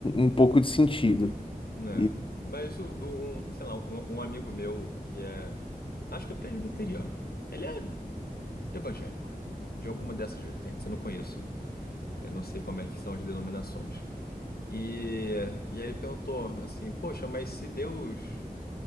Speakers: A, on the left (about 35°); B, on the left (about 85°).
A: um pouco de sentido.
B: né?
A: E
B: Mas o, do- um, sei lá, um, um amigo meu que é, acho que é presbiteriano. Ele é evangélico, de alguma dessas vertentes, eu não conheço, eu não sei como é que são as denominações. E, e aí ele perguntou assim, poxa, mas se Deus